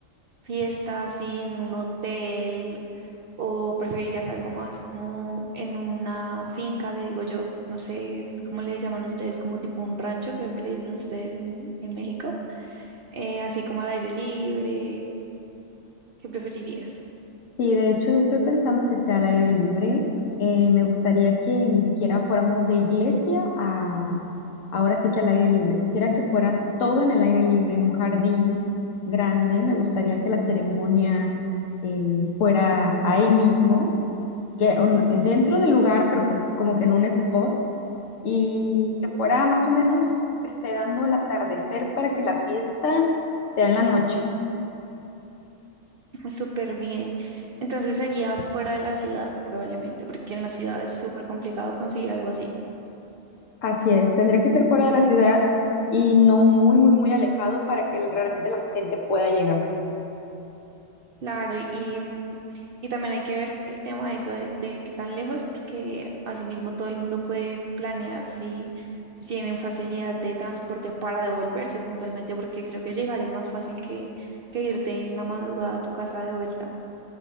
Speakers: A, on the right; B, on the left.
A: fiesta así en un hotel o preferirías algo más como en una finca, le digo yo? No sé cómo le llaman ustedes, como tipo un rancho, creo que le dicen ustedes en, en México, Eh, así como al aire libre, ¿qué preferirías?
B: Sí, de hecho yo estoy pensando que sea al aire libre. Eh, me gustaría que ni siquiera fuéramos de iglesia a ahora sí que al aire libre. Quisiera que fueras todo en el aire libre, en un jardín grande. Me gustaría que la ceremonia eh, fuera ahí mismo, que un- dentro del lugar, pero pues como que en un spot y que fuera más o menos esté dando el atardecer para que la fiesta sea en la noche.
A: <laughs> Ah, Súper bien. Entonces sería fuera de la ciudad probablemente, porque en la ciudad es súper complicado conseguir algo así.
B: Así es, tendría que ser fuera de la ciudad y no muy, muy, muy alejado para que realmente la gente pueda llegar.
A: Claro, y, mm, y también hay que ver el tema de eso de, de qué tan lejos, porque asimismo todo el mundo puede planear si, si tienen facilidad de transporte para devolverse puntualmente, porque creo que llegar es más fácil que, que irte en la madrugada a tu casa de vuelta.